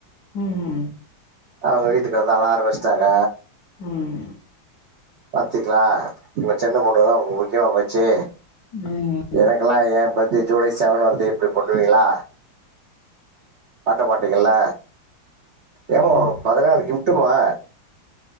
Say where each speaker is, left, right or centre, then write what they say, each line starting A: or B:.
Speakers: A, on the left; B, on the right.
A: உஹம் உம்
B: அவுங்க வீட்டுக்கு வந்து அழ ஆரம்பிச்சுட்டாங்க
A: உஹ்
B: பாத்தீங்களா உங்க சின்ன பொண்ணுதா உங்க முக்கியமா போச்சு
A: உஹம்
B: எனக்கெல்லாம் என் பர்த்டே ஜூலை செவன் வருது இப்டி பண்ணுவீங்களா பண்ண மாட்டீங்கல்ல ஏம்மா
A: ம் ம்
B: உனக்கு பதினநாளு கிப் ட்டுமா